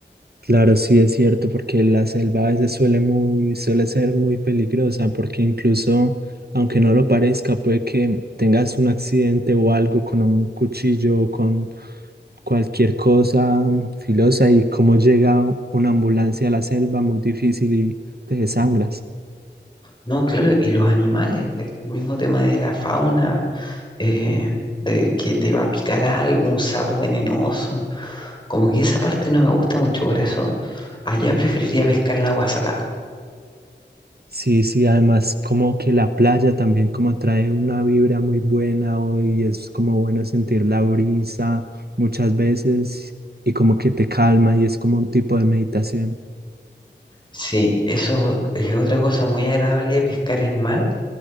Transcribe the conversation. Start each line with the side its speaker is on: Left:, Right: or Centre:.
Right: claro, sí es cierto, porque la selva a veces suele muy, suele ser muy peligrosa, porque incluso, aunque no lo parezca, puede que tengas un accidente o algo con un cuchillo o con cualquier cosa mm, filosa y como llega u- una ambulancia a la selva, muy difícil y te desangras.
Left: No, claro, y los animales, el mismo tema de la fauna, eh, de que te va a picar algo, un sapo venenoso. Como que esa parte no me gusta mucho, por eso allá preferiría pescar en agua salada.
Right: Sí, sí, además como que la playa también como trae una vibra muy buena hoy, es como bueno sentir la brisa muchas veces y como que te calma y es como un tipo de meditación.
Left: Sí, eso es otra cosa muy agradable de pescar en mar,